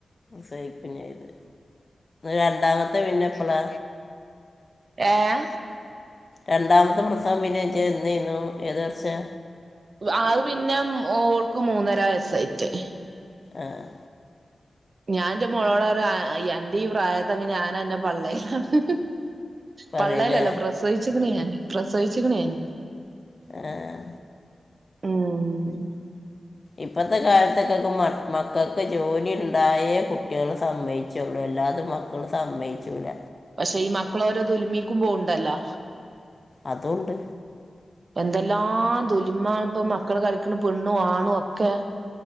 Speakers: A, on the left (about 40°); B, on the right (about 55°).
A: സഹിക്കഞ്ഞ ഇത് രണ്ടാമത്തെ പിന്നെ എപ്പളാ
B: ഏഹ
A: രണ്ടാമത്തെ പ്രസവം പിന്ന എുന്നു ഏത് വർഷാ
B: അത് പിന്നെ ഓൾക്ക് മൂന്നര വയസ്സായിട്ടേ
A: ആഹ്
B: ഞാൻ എന്റെ മോളോടപറയും അന്റെ ഈ പ്രായത്തക്കെ ഞാനന്നെ പള്ളയിലാണ്
A: പറയൂലേ
B: പള്ളല ല്ലപ്രസവിച്ചിക്കണ ഞൻ പ്രസവിച്ചിക്കണ് ഞൻ
A: ആഹ്
B: ഉം
A: ഇപ്പഴത്തെ കാലത്തൊക്കൊക്കെ മ മക്കൾക്ക് ജോലിണ്ടായേ കുട്ട്യേൽ സമ്മയിച്ചെള്ളു അല്ലാത്ത മാ മക്കള് സമ്മയിച്ചൂ ല്ല
B: പക്ഷെ ഈ മക്കളഓരോ ദൽമിക്കും പോണ്ടല്ലോ
A: അതുണ്ട്
B: എന്തെല്ലാം ദുല്മ ഇപ്പ മക്കള് കളിക്ക്ണ പെണ്ണും ആണും ഒക്കെ